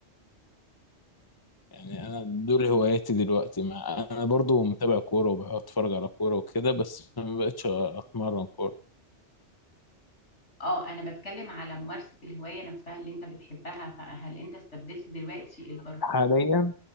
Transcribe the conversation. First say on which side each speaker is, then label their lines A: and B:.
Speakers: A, on the left (about 20°); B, on the left (about 80°).
A: يعني انا دول هواياتي دلوقتي مع انا برضو متابع كورة وبتفرج على كورة وكده بس ما بقتش اتمرن كورة
B: اه انا بتكلم على ممارسة الهواية نفسها اللي انت بتحبها فهل انت استبدلت دلوقتي الباركور
A: حاليا